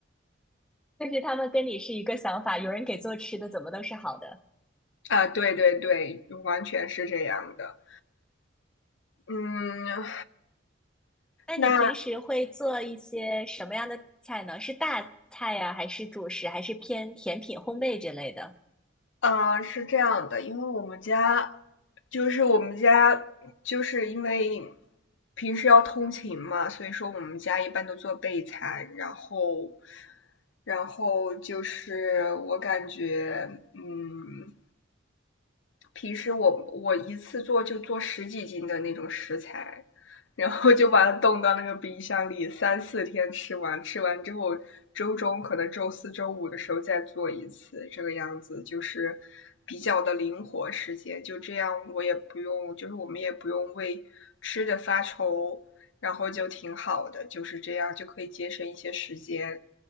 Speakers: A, in the centre; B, on the left.
A: 但是他们跟你是一个想法，有人给做吃的，怎么都是好的。
B: 啊，对对对，完全是这样的。嗯，
A: 那你平时会做一些什么样的菜呢？
B: 那
A: 是大菜呀，还是主食，还是偏甜品、烘焙这类的？
B: 呃是这样的，因为我们家就是我们家就是因为平时要通勤嘛，所以说我们家一般都做备餐，然后然后就是我感觉嗯。平时我我一次做就做十几斤的那种食材，然后就把它冻到那个冰箱里，三四天吃完，吃完之后周中可能周四周五的时候再做一次，这个样子就是比较的灵活时间，就这样我也不用，就是我们也不用为吃的发愁，然后就挺好的，就是这样就可以节省一些时间。